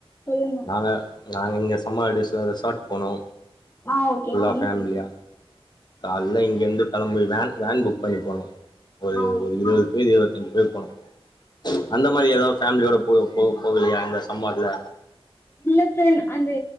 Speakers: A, on the left; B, on the left.
A: சொல்லுங்க
B: நாங்க நாங்க எங்க சம்மஹாலிடேஸ்ல ரெசார்ட்டு போனோ
A: ஆ ஓகே
B: ஃபுல்லா
A: ஃபிரெண்
B: ஃபேமிலியா கால்ல இங்க இருந்து கெளம்பி வேன் வேன் புக் பண்ணி போனோ ஒரு
A: ஆ
B: ஒரு
A: ஓகே
B: இருவது வய்து இருவத்தஞ்சு பேர் போனோ அந்த மாரி எதோ ஃபேம்லியோட போ போ போகுலையா இந்த சம்மர்ல
A: இல்ல ஃபிரெண் அந்த